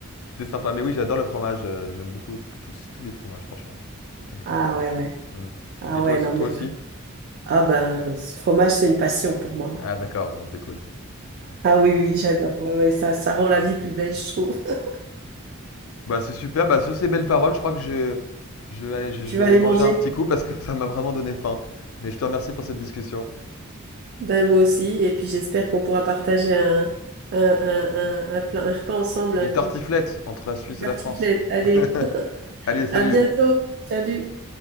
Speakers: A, on the left (about 80°); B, on the right (about 45°).
A: c'était sympa. Mais oui, j'adore le fromage, euh, j'aime beaucoup tous, tous les fromages, franchement. J'aime
B: Ah
A: tous les fromages.
B: ouais, ouais.
A: Mm.
B: Ah
A: Et
B: ouais,
A: toi aussi,
B: non,
A: Ouais,
B: mais
A: toi aussi?
B: frère. Ah ben, ce fromage, c'est une passion pour moi.
A: Ah, d'accord, bon, c'est cool.
B: Ah oui, oui, j'adore. Ouais, ouais, ça, ça rend la vie plus belle, je trouve. <laughs>
A: Bah, c'est super. Bah, sur ces belles paroles, je crois que je, je vais aller, je je
B: Tu
A: vais
B: vas
A: aller
B: aller
A: manger
B: manger?
A: un petit coup parce que <laughs> ça m'a vraiment donné faim. Mais je te remercie pour cette discussion.
B: Ben moi aussi. Et puis j'espère qu'on pourra partager un, un, un, un, un plat- un repas ensemble un
A: Une
B: coup.
A: tartiflette entre la Suisse
B: Tartiflette,
A: et la France.
B: allez.
A: <laughs>
B: <laughs>
A: Allez, salut!
B: À bientôt. Salut.